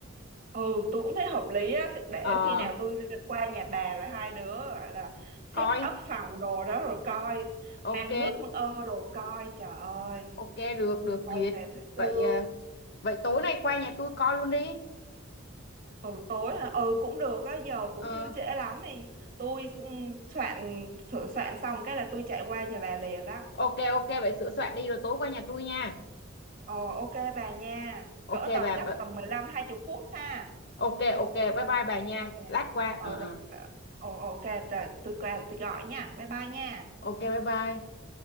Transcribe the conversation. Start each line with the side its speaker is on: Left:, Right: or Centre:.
Right: ừ tôi cũng thấy hợp lý á để
Left: Ờ,
Right: khi nào tôi qua nhà bà rồi hai đứa gọi là set
Left: coi.
Right: up phòng đồ đó rồi coi
Left: Ok,
Right: mang nước mang ơ đồ coi trời ơi
Left: ok được được
Right: quay
Left: duyệt.
Right: về thời xưa
Left: Vậy ờ, vậy tối nay qua nhà tôi coi luôn đi.
Right: ừ tối hả ừ cũng được á giờ
Left: Ờ,
Right: cũng chưa trễ lắm đi tôi ừm, soạn sửa soạn xong cái là tôi chạy qua nhà bà liền đó
Left: ok ok vậy sửa soạn đi rồi tối qua nhà tôi nha.
Right: ờ ok bà nha
Left: Ok
Right: cỡ tầm
Left: bà,
Right: chắc
Left: bà
Right: tầm mười lăm hai 20 phút ha
Left: ok ok bye bye bà nha.
Right: ok
Left: Lát qua.
Right: ờ
Left: Ờ ờ.
Right: rồi rồi. ờ ok rồi tôi qua tôi gọi nha bye bye nha
Left: Ok bye bye.